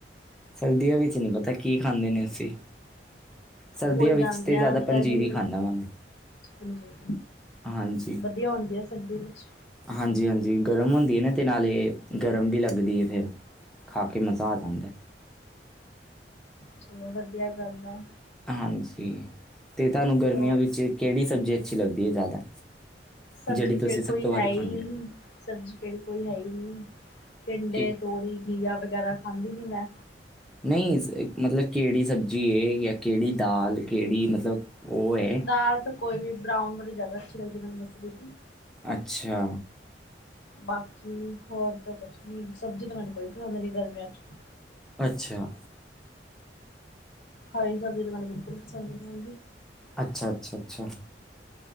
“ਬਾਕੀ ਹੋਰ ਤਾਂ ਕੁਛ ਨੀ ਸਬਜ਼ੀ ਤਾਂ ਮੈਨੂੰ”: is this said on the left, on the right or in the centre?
Left